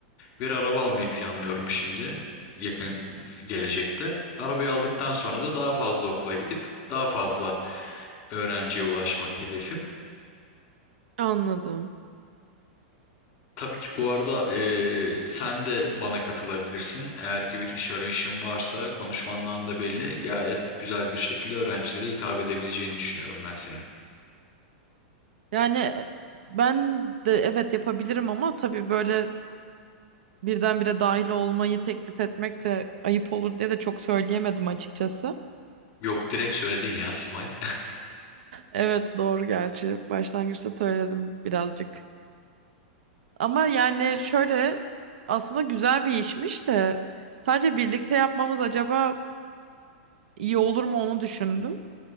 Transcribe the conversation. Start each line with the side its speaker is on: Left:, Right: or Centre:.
Left: Bir araba almayı planlıyorum şimdi yakın z- gelecekte. Arabayı aldıktan sonra da daha fazla okula gidip daha fazla öğrenciye ulaşmak hedefim.
Right: Anladım.
Left: Tabii ki bu arada eee, sen de bana katılabilirsin. Eğer ki bir iş arayışın varsa konuşmandan da belli gayet güzel bir şekilde öğrencilere hitap edebileceğini düşünüyorum ben senin.
Right: Yani e, ben de evet yapabilirim ama tabii böyle birdenbire dahil olmayı teklif etmek de ayıp olur diye de çok söyleyemedim açıkçası.
Left: Yok direkt söyledin ya Simay.
Right: Evet doğru gerçi başlangıçta söyledim birazcık. Ama yani şöyle aslında güzel bir işmiş de sadece birlikte yapmamız acaba iyi olur mu onu düşündüm.